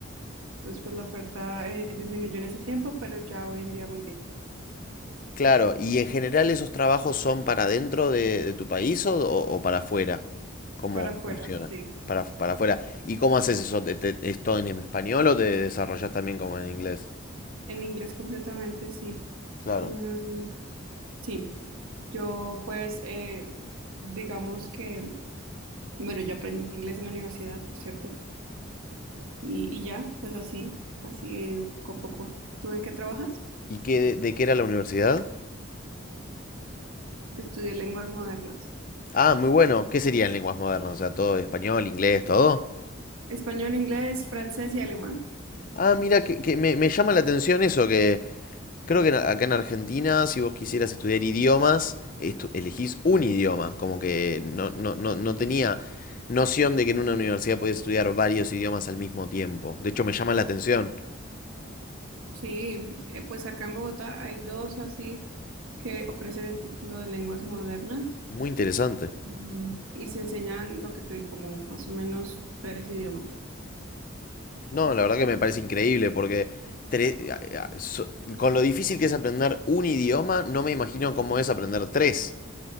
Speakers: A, on the right; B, on the left.
A: entonces pues la oferta eh, disminuyó en ese tiempo, pero ya hoy en día muy bien.
B: Claro, ¿y en general esos trabajos son para dentro de, de tu país o, o- o para afuera? ¿Cómo
A: Para afuera,
B: funciona?
A: sí.
B: Para, para afuera. ¿Y cómo haces eso? ¿Te- te- ¿Es todo en español o te desarrollas también como en inglés?
A: En inglés completamente, sí.
B: Claro.
A: Mm, sí. Yo pues, eh, digamos que, bueno, yo aprendí inglés en la universidad, por cierto. Y, y ya, pues así, así he ido poco a poco. ¿Tú en qué trabajas?
B: ¿Y qué, de, de qué era la universidad?
A: Estudié lenguas modernas.
B: Ah, muy bueno. ¿Qué serían lenguas modernas? O sea, todo español, inglés, todo.
A: Español, inglés, francés y alemán.
B: Ah, mira, que, que me, me llama la atención eso, que, Creo que en- acá en Argentina, si vos quisieras estudiar idiomas, estu- elegís un idioma, como que no, no, no, no tenía noción de que en una universidad podías estudiar varios idiomas al mismo tiempo. De hecho, me llama la atención.
A: Sí, eh, pues acá en Bogotá hay dos así que ofrecen el título de lenguas modernas
B: Muy interesante.
A: em, y se enseñan lo que te digo, como más o menos tres idiomas.
B: No, la verdad que me parece increíble porque tre- a- a- so- con lo difícil que es aprender un idioma, no me imagino cómo es aprender tres.